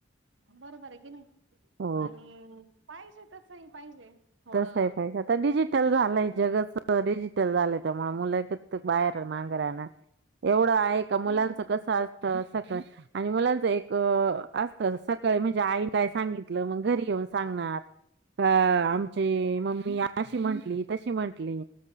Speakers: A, on the right; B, on the right.
A: बरोबर आहे कि नाही
B: हो
A: आणि पाहिजे तसही पाहिजे थोडं
B: तसही पाहिजे आता डिजिटल झालंय
A: हा
B: जगच डिजी टल झालय त्यामुळे मुलही बाहेर मागरा ना एवढ आहे का मुलांच
A: हम्म
B: कस असतं आणि मुलांचं एक असत सकाळ म्हणजे आई काय सांगितलं मग घरी येऊन सांगणार का आमची मम्मी अशी म्हंटली तशी म्हंटली